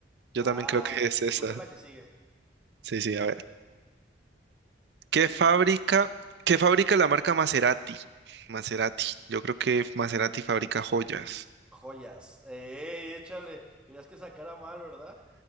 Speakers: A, on the right; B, in the centre.
A: yo
B: Ah,
A: también creo que es esa.
B: tú lees la que sigue.
A: Sí, sí, a ver. ¿Qué fábrica, qué fabrica la marca Maserati? Maserati, yo creo que Maserati fabrica joyas.
B: Joyas. ¡Ey, échale! Querías que sacara mal, ¿verdad?